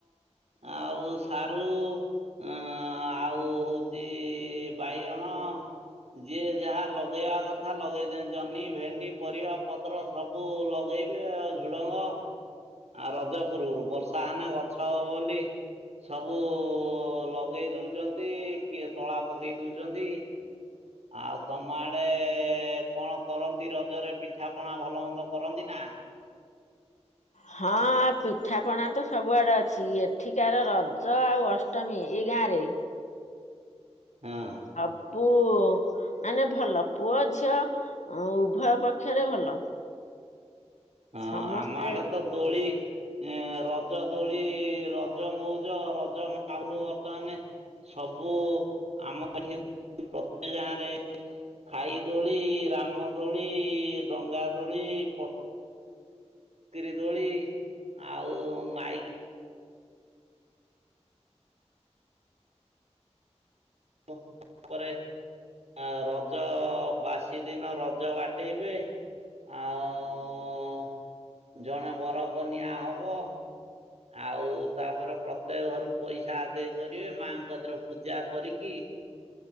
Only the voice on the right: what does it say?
ଆଉ ସାରୁ ଅ ଆଉ ହୋଉଚି ବାଇଗଣ। ଯିଏ ଯାହା ଲଗେଇବା କଥା ଲଗେଇଦନି ଜହ୍ନି ଭେଣ୍ଡି। ପରିବା ପତ୍ର ସବୁ ଲଗେଇବେ ଆଉ ଝୁଡଙ୍ଗ ଆର ଯଜପୁରରୁ ବର୍ଷା ହେଲେ ଗଛ ହବ ବୋଲି ସବୁ ଲଗେଇ ଦୋଉଚନ୍ତି କିଏ ତଳା ପକେଇ ଦୋଉଚନ୍ତି। ଆଉ ତମ ଆଡେ କଣ କରନ୍ତି ରଜରେ ପିଠା ପଣା ଭଲ ମନ୍ଦ କରନ୍ତି ନା?
ହଁ।
ହଁ
ଆମ ଆଡେ ତ ଦୋଳି ଏ ରଜ ଦୋଳି ରଜ ମଉଜ ରଜ ମାହୁଲୁ ବର୍ତ୍ତମାନ ସବୁ ଆମ ଏଠି ପ୍ରତ୍ୟକ ଗାଁରେ ଖାଇ ଦୋଳି ରାମଦୋଳି ଡଙ୍ଗା ଦୋଳି ପ ଚକିରି ଦୋଳି ଆଉ ମାଇକି <unintelligible> ଆ ରଜ ବାସି ଦିନ ରଜ ବାଟେଇବେ ଆଉ ଜଣେ ବର କନିଆଁ ହବ। ଆଉ ତାପରେ ପ୍ରତ୍ୟେକ ଘରକୁ ପଇସା ଆଦେଇ କରିବେ, ମାଆଙ୍କ କତିରେ ପୂଜା କରିକି ହଁ